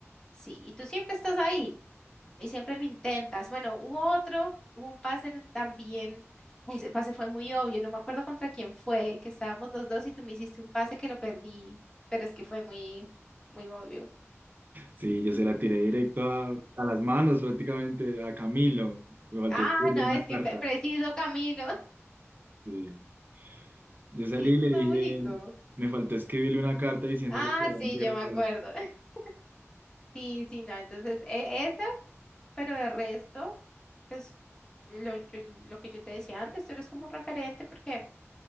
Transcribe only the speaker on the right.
Sí, yo se la tiré directo a, a las manos prácticamente, a Camilo. Me faltó
escribirle
una
carta.
Sí. Yo salí
y le
dije,
me faltó escribirle una carta diciéndole
que lo voy
a enviar
el
balón.